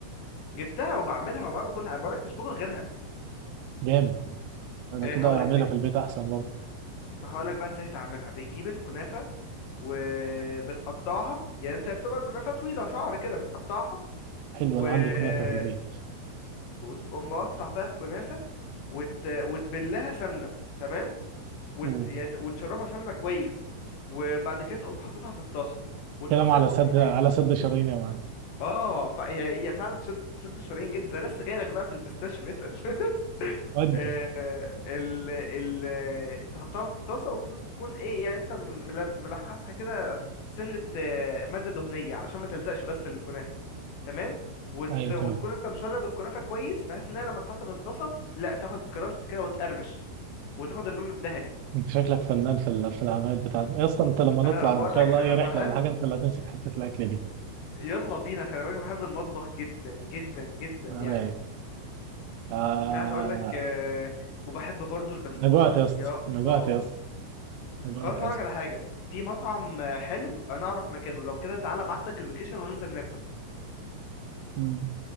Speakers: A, on the left (about 70°); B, on the right (about 80°).
A: جبتها وبعملها وبعمل كل بقول لك مش باكل غيرها
B: جامد لو
A: هقول
B: كده اعملها
A: لك
B: في البيت احسن برضه
A: ما هقولك بقى ازاي تعملها بتجيب الكنافة وبتقطعها يعني انت بتبقى الكنافة طويلة شعر كده بتقطعها
B: حلو
A: وحلو
B: انا عندي كنافه في البيت
A: تقوم مقطع بقى الكنافة وت... وتبلها سمنة تمام وت...
B: مم.
A: يت- وتشربها سمنة كويس وبعد كده تقوم حاططها في الطاسة والطاسة
B: كلام على
A: يكون
B: سد
A: فيها
B: على سد شرايين يا معلم
A: اه ف... هي هي فعلا تشد تشد الشرايين جدا ده لسه جايلك بقى في البيستاشيو اتقل <laughs>
B: ودي
A: آه، ال ال تحطها في الطاسة والطاسة تكون ايه يعني انت مل- ملحسها كده سنة آه، مادة دهنية علشان ما تلزقش بس الكنافة تمام وت...
B: ايوه
A: وتكون
B: تمام
A: انت مشرب الكنافة كويس بحيث انها لما تحط في الطاسة لا تاخد كراست كده وتقرمش وتاخد اللون الذهبي
B: انت شكلك فنان في ال- في الاعمال بتاعتك يا اسطى انت لما نطلع
A: انا بقول
B: ان شاء
A: لك
B: الله
A: انا
B: اي رحله
A: بحب
B: ولا حاجه انت اللي هتمسك حته الاكل دي
A: يلا بينا خلي بالك بحب المطبخ جدا جدا جدا
B: آه،
A: يعني
B: رايق آه
A: كنت عايز اقول لك آه، وبحب برضو البسبوسة
B: انا جوعت يا اسطى
A: يا الله
B: انا جوعت يا اسطى انا جوعت
A: خلاص هقولك
B: يا اسطى
A: على حاجة في مطعم آه، حلو انا اعرف مكانه لو كده تعالى ابعتلك اللوكيشن وننزل ناكل
B: مم.